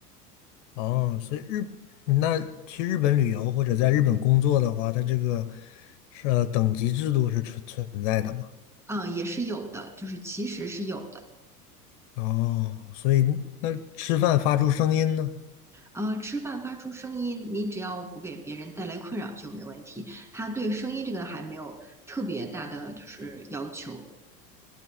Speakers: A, on the left; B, in the centre.
A: 哦，所以日，那去日本旅游或者在日本工作的话，他这个是呃等级制度是存存在的嘛？
B: 嗯、也是有的，就是其实是有的。
A: 哦，所以那吃饭发出声音呢？
B: 呃，吃饭发出声音，你只要不给别人带来困扰就没问题。他对声音这个还没有特别大的就是要求。